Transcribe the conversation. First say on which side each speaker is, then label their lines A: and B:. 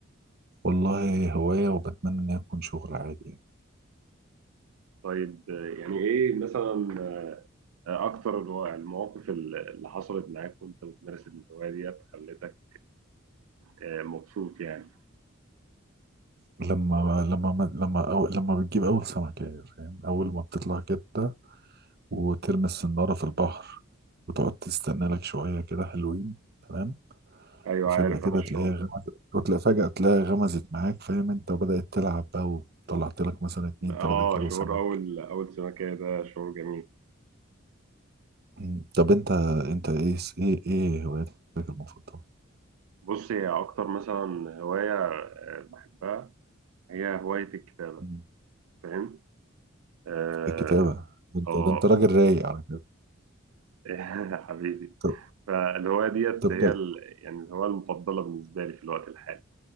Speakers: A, on the right; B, on the right.
A: والله هوايه وبتمنى ان يكون شغل عادي يعني.
B: طيب آه، يعني إيه مثلا آه، أكتر الو- المواقف ال- اللي حصلت معاك وأنت بتمارس الهواية ديت خلتك آه، مبسوط يعني
A: لما لما لما أو لما بتجيب اول سمكه يعني، فاهم اول ما بتطلع كده وترمي السناره في البحر وتقعد تستنى لك شويه كده حلوين تمام
B: أيوه
A: وفجأة
B: عارف
A: كده
B: أنا الشعور
A: تلاقيها
B: ده
A: غمزت وتلاقي فجأة تلاقيها غمزت معاك فاهم انت وبدأت تلعب بقى وطلعت لك مثلا اتنين
B: آه
A: تلاتة كيلو
B: شعور
A: سمك
B: أول أول سمكة ده شعور جميل
A: مم. طب انت انت ايه ايه ايه هواياتك المفضلة؟
B: بص هي أكتر مثلا هواية آه، بحبها هي هواية الكتابة
A: مم.
B: فاهم؟ آه
A: الكتابة ده انت
B: آه
A: ده انت راجل رايق على كده
B: <laughs> حبيبي
A: طب
B: فالهواية ديت
A: طب
B: هي
A: بل-
B: ال... يعني الهواية المفضلة بالنسبة لي في الوقت الحالي